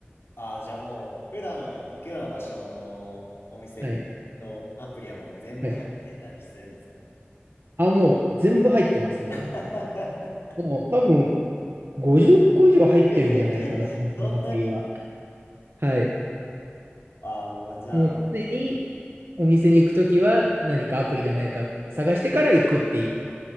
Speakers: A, on the left; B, on the right.
A: ああ、じゃあもう、普段行くような場所のお店のアプリはもう全部入ってたりするんですか
B: はい。はい。あ、もう全部入ってますね。
A: <laughs>
B: もう多分50個以上入ってるんじゃないかな、
A: <laughs> えへへそんなに
B: お店のアプリは。はい。
A: ああー、もうじゃあ、
B: もう常にお店に行くときは何かアプリがないか探してから行くっていう。